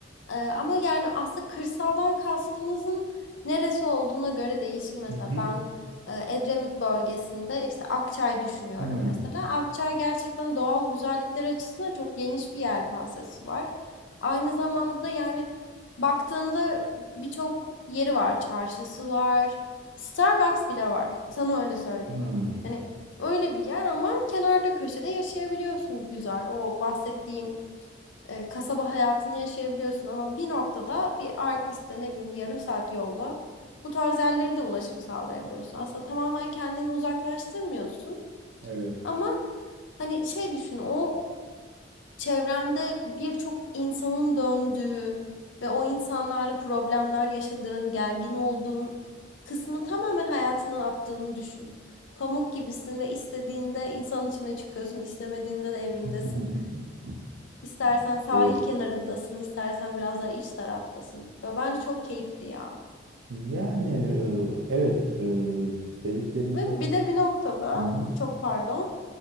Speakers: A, on the left (about 80°); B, on the right (about 80°).
A: Ee, ama yani aslında kırsaldan kastımızın neresi olduğuna göre değişir. Mesela
B: Hı hı.
A: ben e, Edremit bölgesinde işte Akçay düşünüyorum
B: Hmm.
A: mesela. Akçay gerçekten doğal güzellikler açısından çok geniş bir yelpazesi var. Aynı zamanda da yani baktığında birçok yeri var. Çarşısı var. Starbucks bile var. Sana öyle söyleyeyim.
B: Hmm.
A: Hani Öyle bir yer ama kenarda köşede yaşayabiliyorsun bir güzel. O bahsettiğim e, kasaba hayatını yaşayabiliyorsun ama bir noktada bir Artvis'te ne bileyim yarım saat yolla bu tarz yerlere de ulaşım sağlayabiliyorsun. Aslında tamamen kendini uzaklaştırmıyorsun
B: Evet.
A: ama hani şey düşün o Çevrende birçok insanın döndüğü ve o insanlarla problemler yaşadığın, gergin olduğun kısmı tamamen hayatından attığını düşün. Pamuk gibisin ve istediğinde insanın içine çıkıyorsun, istemediğinde de evindesin.
B: <laughs>
A: İstersen sahil
B: Evet.
A: kenarındasın, istersen biraz daha iç taraftasın. Ve bence çok keyifli ya.
B: Yani e, evet e, dediklerin
A: Ve
B: doğru.
A: bir de bir noktada,
B: Hı hı.
A: çok pardon,